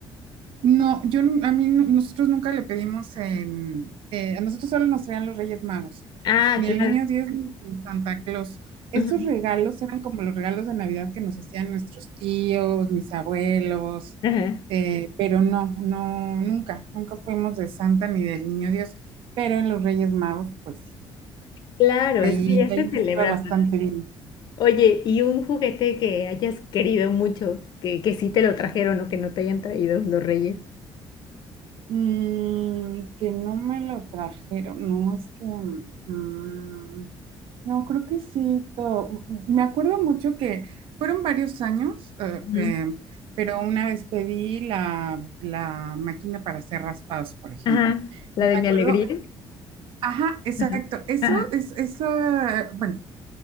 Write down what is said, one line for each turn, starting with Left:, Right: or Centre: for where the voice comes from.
Right: No, yo nu- a mí nu- nosotros nunca le pedimos en eh, a nosotros solo nos traían los Reyes Magos,
Left: Ah,
Right: ni
Left: claro.
Right: el Niño Dios ni Santa Claus. Estos
Left: Ujú.
Right: regalos eran como los regalos de Navidad que nos hacían nuestros tíos, mis abuelos,
Left: Ajá.
Right: eh, pero no, no, nunca, nunca fuimos de Santa ni del Niño Dios, pero en los Reyes Magos, pues sí,
Left: Claro,
Right: ahí,
Left: es que ya
Right: ahí
Left: se
Right: nos
Left: celebra
Right: iba bastante
Left: más.
Right: bien.
Left: Oye, ¿y un juguete que hayas querido mucho, que, que sí te lo trajeron o que no te hayan traído los reyes?
Right: Mm, que no me lo trajeron, no es que, mm, no, creo que sí, todo. Me acuerdo mucho que fueron varios años, eh,
Left: Ujú.
Right: eh, pero una vez pedí la, la máquina para hacer raspados, por ejemplo.
Left: Ajá, la
Right: Y
Left: de
Right: me acuerdo,
Left: mi alegría.
Right: ajá, exacto,
Left: Ajá,
Right: eso
Left: ajá,
Right: es, eso, bueno,